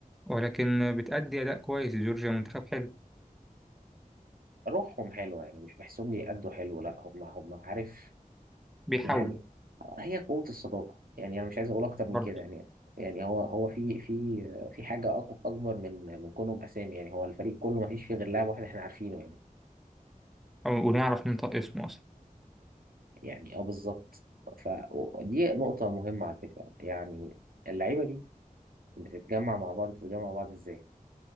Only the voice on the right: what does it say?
روحهم حلوة يعني مش بحسهم بيأدوا حلو لا هم هم عارف
يعني هي قوة الصداقة يعني أنا مش عايز أقول أكتر
من كده يعني يعني هو هو في في في حاجة أق- أكبر من من كونهم أسامي يعني هو الفريق كله ما فيش فيه غير لاعب واحد إحنا عارفينه يعني
يعني أه بالظبط فدي نقطة مهمة على فكرة يعني اللعيبة دي بتتجمع مع بعض بتتجمع مع بعض إزاي